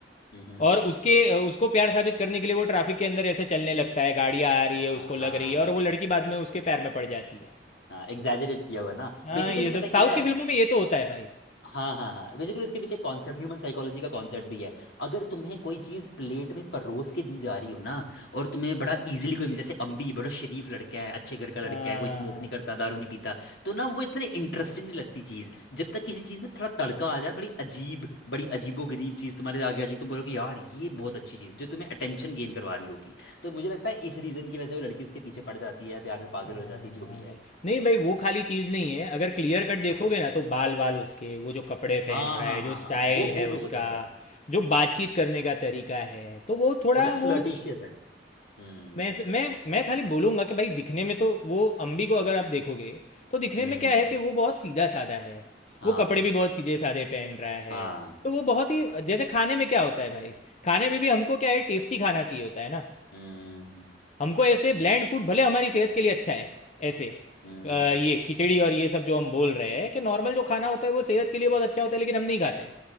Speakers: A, on the left (about 75°); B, on the left (about 40°).
A: हम्म, हम्म।
B: और उसके उसको प्यार साबित करने के लिए वो ट्रैफिक के अंदर ऐसे चलने लगता है गाड़ियाँ आ रही है
A: हाँ
B: उसको लग रही है और वो लड़की बाद में उसके पैर में पड़ जाती है
A: हाँ एग्जैजरेट किया हुआ है ना
B: हाँ
A: बेसिकली
B: ये
A: पता
B: सब
A: है
B: साउथ
A: क्या है
B: की फिल्मों में ये तो होता है भाई
A: हाँ हाँ हाँ बेसिकली उसके पीछे कॉन्सेप्ट ह्यूमन साइकोलॉजी का कॉन्सेप्ट भी है अगर तुम्हें कोई चीज़ प्लेट में परोस के दी जा रही हो ना और तुम्हें बड़ा इजीली कोई मिल जैसे अम्बी बड़ा शरीफ लड़का है अच्छे घर का लड़का
B: हाँ
A: है कोई स्मोक
B: हाँ
A: नहीं करता दारू नहीं पीता तो ना वो इतने इंटरेस्टिंग नहीं लगती चीज़ जब तक किसी चीज़ में थोड़ा तड़का आ जाए थोड़ी अजीब बड़ी अजीबो गरीब चीज़ तुम्हारे आगे आ जाएगी तुम बोलोगे यार ये बहुत अच्छी चीज़ है", जो तुम्हें अटेंशन गेन करवा रही होगी तो मुझे लगता है इस रीज़न की वजह से वो लड़की उसके पीछे पड़ जाती है प्यार में पागल
B: हाँ
A: हो जाती है जो भी
B: हाँ
A: है
B: भाई नहीं भाई वो खाली चीज़ नहीं है अगर क्लियर कट देखोगे
A: हाँ हाँ
B: ना तो बाल वाल उसके वो जो कपड़े पहन
A: हाँ
B: रहा
A: हाँ
B: है
A: हाँ
B: जो
A: हाँ,
B: स्टाइल
A: वो वो
B: है
A: भी
B: उसका
A: बहुत ज्यादा है
B: जो बातचीत करने का तरीका है तो वो थोड़ा
A: वो थोड़ा फ्लर्टिशियस
B: वो
A: है हम्म
B: मैं मैं मैं खाली बोलूँगा कि भाई दिखने में तो वो अम्बी को अगर आप देखोगे तो दिखने
A: हम्म
B: में क्या है कि वो बहुत सीधा साधा है
A: हाँ
B: वो कपड़े भी बहुत सीधे साधे पहन रहा
A: हाँ
B: है तो वो बहुत ही जैसे खाने में क्या होता है भाई खाने में भी हमको क्या है टेस्टी खाना चाहिए होता है ना
A: हम्म
B: हमको ऐसे ब्लैंड फूड भले हमारी सेहत के लिए अच्छा है ऐसे
A: हम्म
B: अ, ये खिचड़ी और ये सब जो हम बोल रहे हैं कि नॉर्मल जो खाना होता है वो सेहत के लिए बहुत अच्छा होता है लेकिन हम नहीं खाते